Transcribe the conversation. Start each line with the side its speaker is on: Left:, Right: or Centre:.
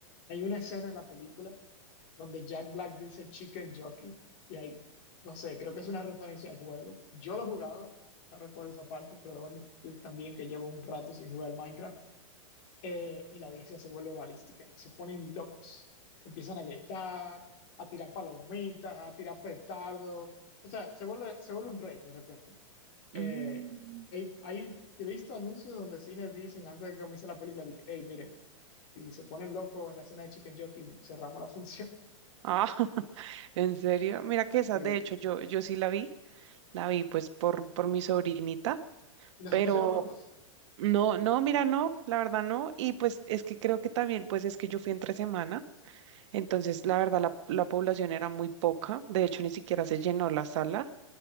Left: Hay una escena en la película donde Jack Black dice Chicken Jockey y hay, no sé, creo que es una referencia al juego. Yo lo he jugado, no recuerdo esa parte, pero debo admitir también que llevo un rato sin jugar Minecraft eh, y la audiencia se vuelve balística, se ponen locos, empiezan a gritar, a tirar palomitas, a tirar petardos, o sea, se vuelve, se vuelve un rey de repente. Eh,
Right: Mm.
Left: hay, hay- he visto anuncios donde cines dicen antes de que comience la película, de que, hey, miren si se ponen locos en la escena de Chicken Jockey, cerramos la función. <laughs>
Right: Ah, <laughs> ¿en serio? Mira que esa,
Left: Sí.
Right: de hecho, yo, yo sí la vi. La vi pues por, por mi sobrinita,
Left: Y no
Right: pero
Left: se pusieron locos.
Right: no, no, mira, no, la verdad no. Y pues es que creo que también, pues es que yo fui entre semana, entonces la verdad la, la población era muy poca, de hecho ni siquiera se llenó la sala